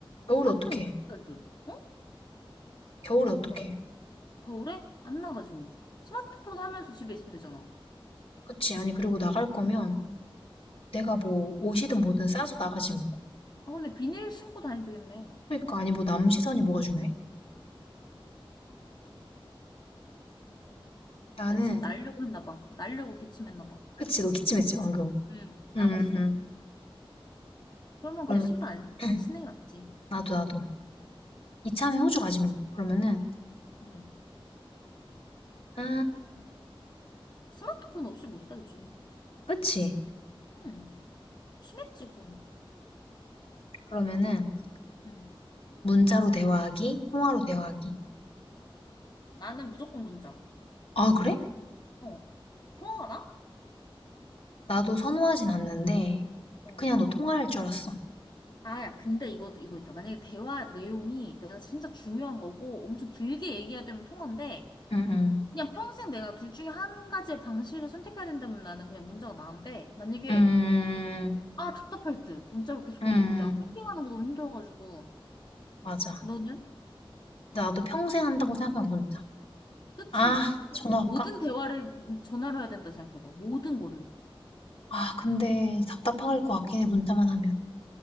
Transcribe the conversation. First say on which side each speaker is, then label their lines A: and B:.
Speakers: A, on the left; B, on the left.
A: 겨울에
B: 스마트폰
A: 어떡해?
B: 없이 살기. 어?
A: 겨울에 어떡해?
B: 뭐라? 겨울에? 안 나가지 뭐. 스마트폰 하면서 집에 있으면 되잖아.
A: 그치. 아니, 그리고 나갈 거면 내가 뭐 옷이든 뭐든 싸서 나가지 뭐.
B: 아, 근데 비닐 신고 다니면 되겠네.
A: 그러니까, 아니, 뭐 남 시선이 뭐가 중요해? 나는,
B: 나 지금 날려고 했나 봐. 날려고 기침했나 봐.
A: 그치, 너 기침했지, 방금.
B: 응, 날았어.
A: 음, 음.
B: 그러면
A: 그러면,
B: 그냥 신발 안,
A: <clears throat>
B: 안 신는 게 낫지.
A: 나도, 나도. 이참에 호주 가지 뭐. 그러면은,
B: 응.
A: 아,
B: 스마트폰 없이 못 살지.
A: 그치.
B: 응. 심했지, 그거는.
A: 그러면은,
B: 응.
A: 문자로 대화하기, 통화로 대화하기.
B: 나는 무조건 문자.
A: 아, 그래?
B: 어. 통화가 나?
A: 나도 선호하진 않는데,
B: 어.
A: 그냥 너 통화할 줄 알았어.
B: 아, 야, 근데 이거, 이거 있다. 만약에 대화 내용이 내가 진짜 중요한 거고 엄청 길게 얘기해야 되면 통화인데
A: 음, 음.
B: 그냥 평생 내가 둘 중에 한 가지의 방식을 선택해야 된다면 나는 그냥 문자가 나은데 만약에
A: 음,
B: 아, 답답할 듯. 문자로 계속
A: 음.
B: 해야 되는데. 내가 채팅하는 거 너무 힘들어가지고.
A: 맞아.
B: 너는?
A: 근데 나도 평생 한다고 생각한 문자.
B: 그치?
A: 아,
B: 왜냐면
A: 전화할까?
B: 모든 대화를 전화로 해야 된다 생각해봐. 모든 거를.
A: 아, 근데 답답할 것 같긴 해, 문자만 하면.